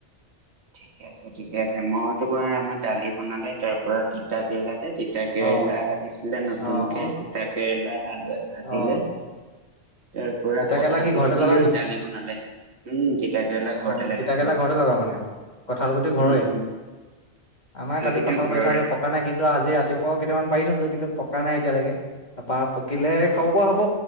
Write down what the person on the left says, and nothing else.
অ অ
অ অ
অ
তিতাকেৰেলা
কি
ঘৰতে
লগা
নি?
অ
তিতা কেৰেলা ঘৰতে লগা মানে? কঁঠাল গুটি ঘৰৰে?
আমাৰ কালি
কঁঠাল
পাৰি থোৱা আছে, পকা নাই কিন্তু আজি ৰাতিপুৱা কেইটামান পাৰি থৈছো। কিন্তু পকা নাই এতিয়ালৈকে, তাৰপা পকিলে খাব পৰা হ'ব।